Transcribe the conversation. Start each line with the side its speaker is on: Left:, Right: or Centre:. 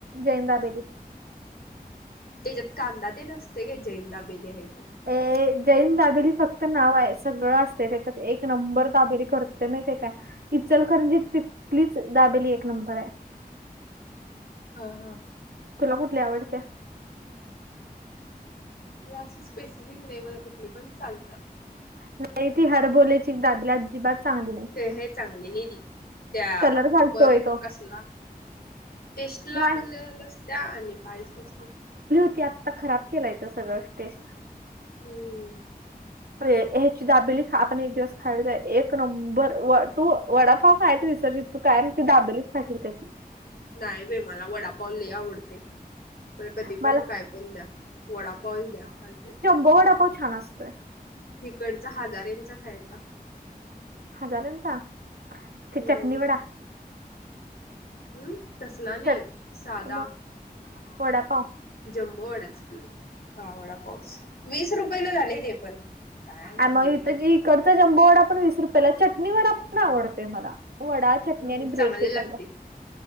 Right: जैन दाबेली.
Left: त्याच्यात कांदा ते नसते काय जैन दाबेली आहे तर.
Right: अ जैन दाबेली खा तर नाव आहे सगळं असते त्याच्यात एक नंबर ताबेरी करते म ते काय इचलकरंजी तिथलीच दाबेली एक नंबर आहे
Left: हा हा
Right: तुला कुठली आवडते
Left: म असं स्पेसिफिक नाही मला कुठली पण चालतं
Right: नाही ती हरबोलेची दाबिला अजिबात चांगली नाही
Left: ते हे चांगली नाही दि त्या
Right: कलर घालतोय
Left: बन मग
Right: तो
Left: कसला टेस्ट ला
Right: नाही
Left: ब नसत्या आणि कायच नसत
Right: ता खराब केलायेत सगळं टेस्ट
Left: हम्म
Right: ह्याची दाबेली आपण एक दिवस खायला एक नंबर व तू वडापाव खायच विसर्जित तू काय ती दाबेलीच खाशील त्याची
Left: नाही भे मला वडापावले आवडते प कधी
Right: मला
Left: पण काय पण द्या वडापाऊल द्या चालते
Right: बोडापा छान असतोय
Left: इिकडचा हजारेचा खायचा
Right: हजारांचा
Left: हम्म.
Right: ते चटणी वडा
Left: हम् तसला नाही
Right: चट
Left: सादा
Right: मग वडापाव
Left: जम्बोवाडाच की हा वडा पाऊस वीस रुपयाेला झाले ते पण काय महागलय.
Right: आणि मगथ इकडचा जंबू वडा पण वीस रुपयाेला चटणी वडा पण आवडत मला वडा चटन
Left: हम्म
Right: आणि ब्रेड
Left: चांगले
Right: ते
Left: लागते
Right: करदा